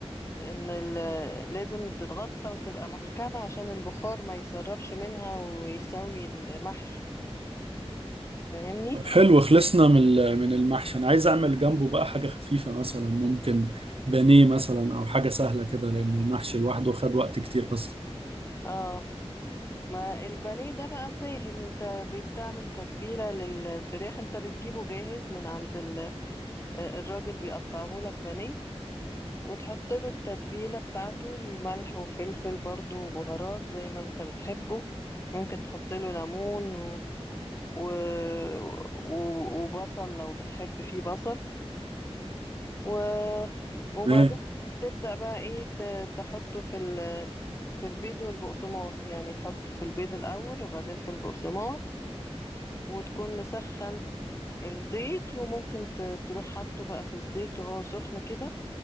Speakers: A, on the left; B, on the right.
A: لأن ال- لازم تتغطى وتبقى محكمة عشان البخار ما يسربش منها ويسوي المحشي فاهمني؟
B: طب حلو خلصنا من ال- من المحشي أنا عايز أعمل جنبه بقى حاجة خفيفة مثلا ممكن بانيه مثلا أو حاجة سهلة كده لأن المحشي لوحده خد وقت كتير أصلا
A: اه ما البانيه ده بقى سهل انت بتعمل تتبيلة للفراخ انت بتجيبه جاهز من عند ال- آه، الراجل بيقطعه لك بانيه وتحط له التتبيلة بتاعته الملح وفلفل برضو وبهارات زي ما انت بتحبه ممكن تحط له ليمون و... و... و... وبصل لو بتحب فيه بصل و... وبعدين
B: إيه؟
A: تبدأ بقى ايه ت- تحطه في ال... في البيض والبقسماط يعني تحطه في البيض الأول وبعدين في البقسماط وتكون مسخن الزيت وممكن ت- تروح حاطه بقى في الزيت وهو سخن كده